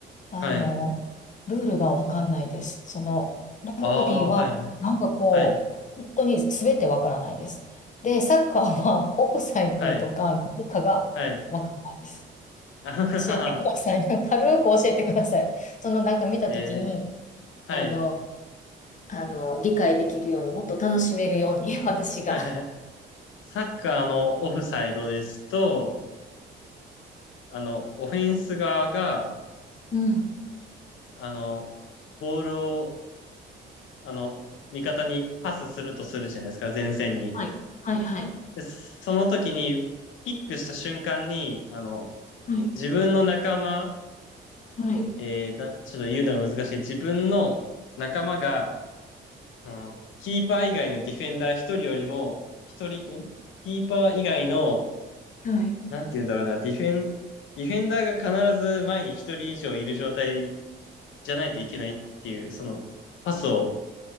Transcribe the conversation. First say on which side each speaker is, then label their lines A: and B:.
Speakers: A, on the left; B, on the left.
A: あの、
B: はい。
A: ルールが分かんないです。その、ラグビーは、
B: ああ、はい。はい。
A: なんかこう、
B: はい。
A: 本当に全て分からないです。で、サッカーはオフサイドとか何かが分からないです。
B: はい。はい。あははは。
A: 教えてください。<laughs> 軽く教えてください。そのなんか見たときに、
B: えー、
A: あの、
B: はい。
A: あの、理解できるように、もっと楽しめるように、<laughs> 私が。
B: はい。はい。サッカーのオフサイドですと、あの、オフェンス側が、
A: うん。
B: あの、ボールを、あの、味方にパスするとするじゃないですか、前線に。
A: はい。はい。はい。
B: で、その時に、キックした瞬間に、あの、
A: はい。
B: 自分の仲間、
A: はい。
B: えーな、ちょっと言うのが難しい。自分の仲間が、あの、キーパー以外のディフェンダー一人よりも、一人、んキーパー以外の、
A: はい。
B: なんて言うんだろうな、ディフェン、ディフェンダーが必ず前に一人以上いる状態じゃないといけないっていう、その、パスを、